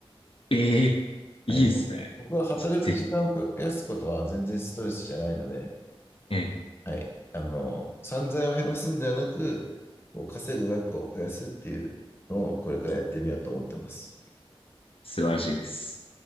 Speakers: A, on the left; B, on the left.
A: ええいいですね。
B: はい。僕は働く時間を増やすことは全然ストレスじゃないので、
A: ちょっとぜひ。ええ、
B: はい。あの、散財を減らすんではなく、こう稼ぐ額を増やすっていうのをこれからやってみようと思ってます。
A: 素晴らしいです。